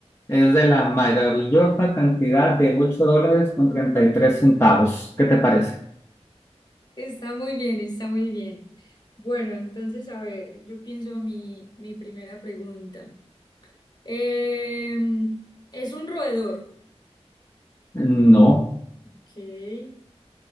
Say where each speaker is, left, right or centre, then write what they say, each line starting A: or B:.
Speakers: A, on the left; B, on the left.
A: Es de la maravillosa cantidad de 8 dólares con 33 centavos. ¿Qué te parece?
B: Está muy bien, está muy bien. Bueno, entonces, a ver, yo pienso mi, mi primera pregunta. Em, es un roedor.
A: No,
B: Ok.